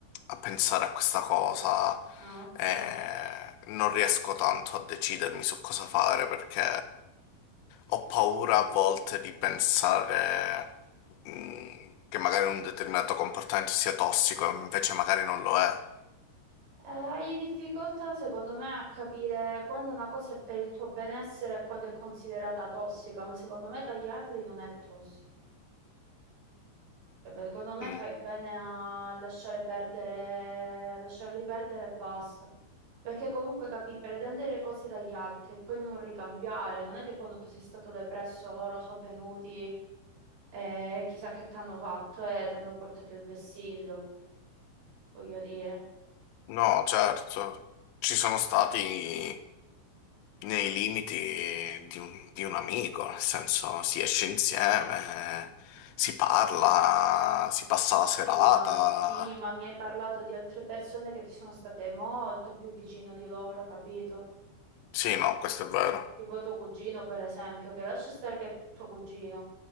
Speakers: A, on the left; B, on the right.
A: a pensare a questa cosa
B: Ah, ok.
A: e non riesco tanto a decidermi su cosa fare perché ho paura a volte di pensare mm, che magari un determinato comportamento sia tossico, invece magari non lo è.
B: Eh, hai difficoltà, secondo me, a capire quando una cosa è per il tuo benessere e quando è considerata tossica, ma secondo me tagliarli non è tossico. Cioè, per- Secondo me
A: Mm.
B: fai bene a lasciare perdere, a lasciarli perdere e basta. Perché comunque capì, pretendere cose dagli altri e poi non ricambiare, non è che quando tu sei stato depresso loro sono venuti e chissà che ti hanno fatto e ti hanno portato il vessillo, voglio dire.
A: No, certo, ci sono stati nei limiti di un, di un amico, nel senso si esce insieme, eh, si parla, si passa la serata.
B: Sì, ma, ma- sì, ma mi hai parlato di altre persone che ti sono state molto più vicino di loro, capito?
A: Sì, no, questo è vero.
B: Tipo tuo cugino, per esempio, che lascia stare che è tuo cugino.